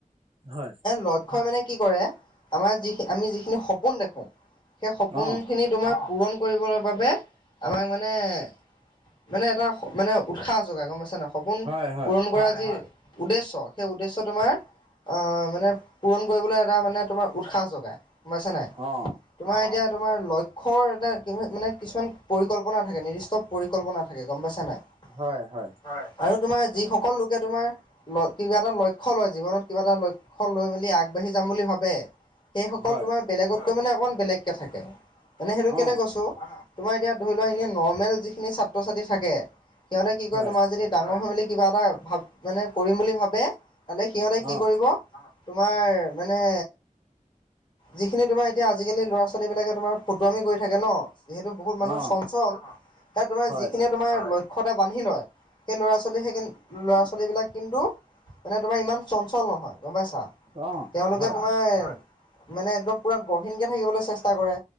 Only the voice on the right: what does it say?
হয়।
অঁ
হয় হয়
অ',
হয় - হয়।
হয়
অঁ
হয়
অঁ
অঁ
হয়
অঁ
হয়